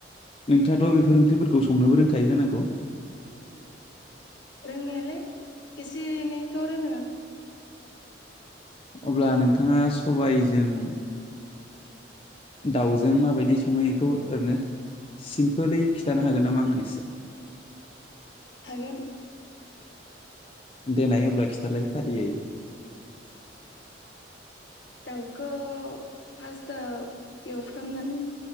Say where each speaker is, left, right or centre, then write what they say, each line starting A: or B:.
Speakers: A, on the left (about 30°); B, on the left (about 70°).
A: नोंथाङाथ' बेफोर ओंख्रिफोरखौ संनोबो रोंखायो जानांगौ
B: रोंनायालाय एसे एनैखौ रोङो
A: अब्ला नोंथाङा सबायजों दाउजों माबायदि सङो एखौ ओरैनो सिमपोलै खिथानो हागोन नामा आंनो एसे
B: हागोन
A: देनाय अब्ला खिथालाय
B: हानायालाय
A: फारियै
B: दाउखौ फार्स्टआव एवफ्रामनानै